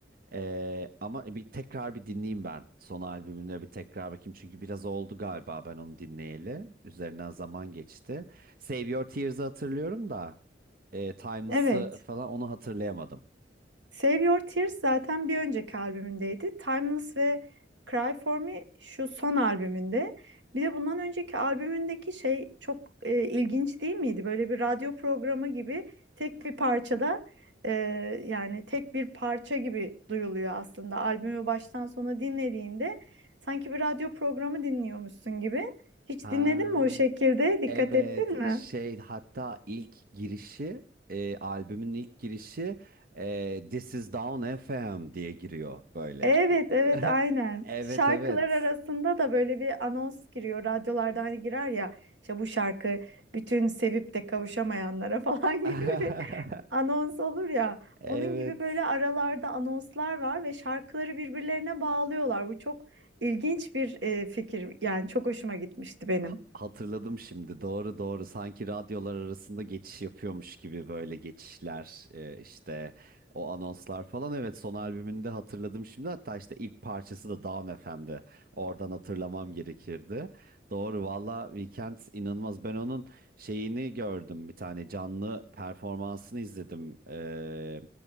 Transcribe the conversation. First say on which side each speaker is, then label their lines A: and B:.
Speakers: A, on the right; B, on the right.
A: Ee, ama bir tekrar bir dinleyeyim ben. Son albümüne bir tekrar bakayım. Çünkü biraz oldu galiba ben onu dinleyeli. Üzerinden zaman geçti. Save Your Tears'ı hatırlıyorum da e, Timeless'ı
B: Evet.
A: falan onu hatırlayamadım.
B: Save Your Tears zaten bir önceki albümündeydi. Timeless ve Cry For Me şu son albümünde. Bir de bundan önceki albümündeki şey çok e, ilginç değil miydi? Böyle bir radyo programı gibi tek bir parçada e, yani tek bir parça gibi duyuluyor aslında. Albümü baştan sona dinlediğinde sanki bir radyo programı dinliyormuşsun gibi. Hiç
A: Ha,
B: dinledin mi o şekilde? Dikkat
A: evet
B: ettin mi?
A: şey hatta ilk girişi e, albümün ilk girişi e, This is Down FM diye giriyor böyle.
B: Evet
A: <laughs>
B: evet aynen.
A: Evet
B: Şarkılar
A: evet.
B: arasında da böyle bir anons giriyor. Radyolarda hani girer ya işte bu şarkı bütün sevip de kavuşamayanlara <laughs> falan
A: <laughs>
B: gibi bir anons olur ya.
A: Evet.
B: Onun gibi böyle aralarda anonslar var ve şarkıları birbirlerine bağlıyorlar. Bu çok ilginç bir e, fikir. Yani çok hoşuma gitmişti benim.
A: Ha- Hatırladım şimdi. Doğru doğru. Sanki radyolar arasında geçiş yapıyormuş gibi böyle geçişler, e, işte o anonslar falan. Evet, son albümünde hatırladım şimdi. Hatta işte ilk parçası da Down FM'de. Oradan hatırlamam gerekirdi. Doğru valla Weekend inanılmaz. Ben onun şeyini gördüm. Bir tane canlı performansını izledim. e,